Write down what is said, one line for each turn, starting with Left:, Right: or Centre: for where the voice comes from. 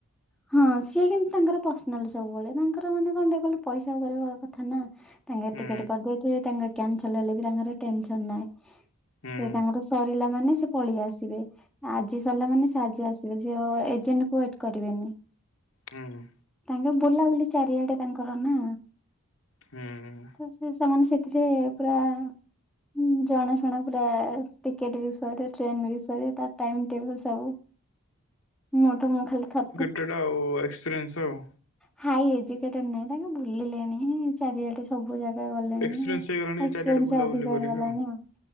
Centre: ହଁ ସିଏ କିନ୍ତୁ ତାଙ୍କର ପର୍ସନାଲ ସବୁବେଳେ ତାଙ୍କର ମାନେ କଣ ଦେ କଲୁ ପଇସା ଉପରେ କ-କଥା ନା। ତାଙ୍କେ
Left: ହୁଁ
Centre: ଟିକେଟ କରଦେଇଥିବେ ତାଙ୍କର କ୍ୟାନସଲ ହେଲେ ବି ତାଙ୍କର ଟେନସନ ନାହିଁ।
Left: ହୁଁ
Centre: ସେ ତାଙ୍କର ସରିଲା ମାନେ ସେ ପଳେଇ ଆସିବେ। ଆଜି ସରିଲା ମାନେ ସେ ଆଜି ଆସିବେ ସେ ଅ-ଏ-ଏଜେଣ୍ଟ କୁ ୱେଟ କରିବେନି।
Left: ହୁଁ।
Centre: ତାଙ୍କେ ବୁଲା ବୁଲି ଚାରିଆଡେ ତାଙ୍କର ନା।
Left: ହୁଁ।
Centre: ତ ସେ ସେମାନେ ସେଥିରେ ପୁରା ଉଁ ଜଣା ଶୁଣା ପୁରା ଟିକେଟ ବିଷୟରେ ଟ୍ରେନ ବିଷୟରେ ତାର ଟାଇମ ଟେବୁଲ ସବୁ। ମୁଁ ତ ମୁଁ ଖାଲି ଥ
Left: ସେଟା ଆଉ ଏକ୍ସପ୍ରେନ୍ସ ଆଉ।
Centre: ହାଇ ଏଜୁକେଟେଡ ନାଇଁ ତାଙ୍କେ ବୁଲିଲେଣି। ଚାରିଆଡେ ସବୁ ଜାଗା ଗଲେଣି
Left: ଏକ୍ସପିରିଏନ୍ସ ହେଇଗଲାଣି
Centre: ଏକ୍ସପ୍ରେନ୍ସ
Left: ଚାରିଆଡେ ବୁଲାବୁଲି
Centre: ଅଧିକ
Left: କରିକି
Centre: ହେଇଗଲାଣି ଆଉ।